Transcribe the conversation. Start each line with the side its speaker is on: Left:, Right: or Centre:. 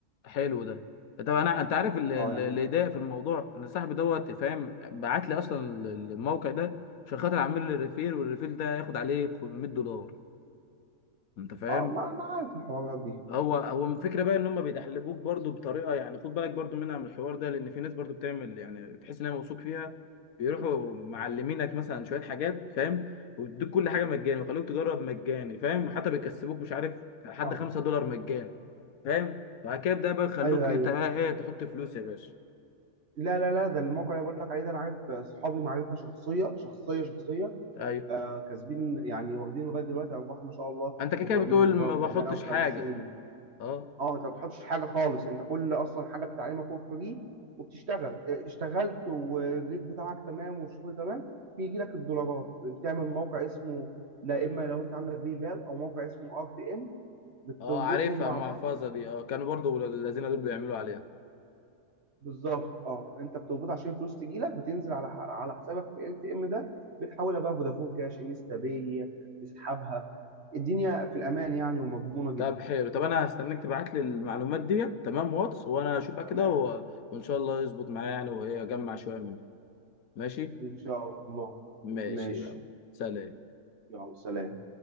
Left: حلو ده طب انا انت عارف اللي
Right: اه
Left: اللي-
Right: يعني
Left: اللي يضايق في الموضوع ان صاحبي دوت فاهم بعت لي اصلا الموقع ده عشان خاطر اعمل لي ريفير والريفير ده ياخد عليه 500 دولار انت فاهم
Right: اه ما انا عارف الحوارات دي
Left: هو هو الفكره بقى ان هم بيدحلبوك برضو بطريقه يعني خد بالك برضو منها من الحوار ده لان في ناس برضو بتعمل يعني تحس ان هي موثوق فيها بيروحوا معلمينك مثلا شويه حاجات فاهم ويدوك كل حاجه مجاني ويخلوك تجرب مجاني فاهم حتى بيكسبوك مش عارف لحد
Right: اه
Left: 5 دولار مجاني فاهم بعد كده ده بقى يخلوك
Right: ايوه
Left: انت
Right: ايوه
Left: بقى ايه إيه، تحط فلوس يا باشا
Right: لا لا لا ده الموقع اللي بقول لك عليه ده انا عارف اصحابي معرفه شخصيه شخصيه شخصيه
Left: ايوه
Right: آه كاسبين يعني واخدين لغايه دلوقتي ارباح ما شاء الله
Left: انت كده كده
Right: 400
Left: بتقول
Right: دولار
Left: ما
Right: 450
Left: بحطش حاجه اه
Right: اه انت ما بتحطش حاجه خالص انت كل اصلا حاجه بتتعلمها فور فري وبتشتغل اه، اشتغلت والريت بتاعك تمام والشغل تمام بيجي لك الدولارات بتعمل موقع اسمه لا اما لو انت عندك باي بال او موقع اسمه ار تي ام بتربطهم
Left: اه عارفها
Right: مع
Left: المحفظه
Right: بعض
Left: دي اه كانوا برضو الذين دول بيعملوا عليها
Right: بالظبط اه انت بتربط عشان الفلوس تجي لك بتنزل على على حسابك في ار تي ام ده بتحولها بقى فودافون كاش انستا باي تسحبها الدنيا في الامان يعني ومضمونه جدا
Left: طب حلو طب انا هستناك تبعت لي المعلومات دي تمام واتس وانا اشوفها
Right: تمام
Left: كده و... وان شاء الله يظبط معايا يعني وايه اجمع شويه منها ماشي
Right: ان شاء الله
Left: ماشي
Right: ماشي
Left: يلا سلام
Right: يلا سلام